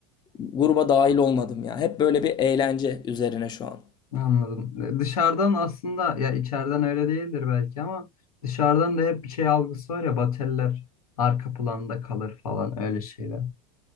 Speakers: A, on the left; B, on the left.
A: gruba dahil olmadım ya. Hep böyle bir eğlence üzerine şu an.
B: Anladım. E, Dışarıdan aslında ya içeriden öyle değildir belki ama dışarıdan da hep bir şey algısı var ya bateller arka planda kalır falan öyle şeyler.